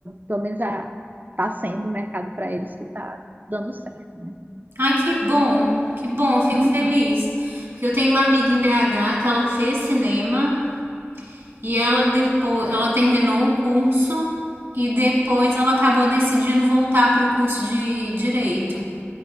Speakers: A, on the right; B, on the right.
A: pelo menos a, tá sendo o mercado para eles que tá dando certo, né?
B: Ai, que bom, que bom, eu fico
A: Uhum.
B: feliz. Porque eu tenho uma amiga em BH que ela fez cinema e ela depois, ela terminou o curso e depois ela acabou decidindo voltar para o curso de direito.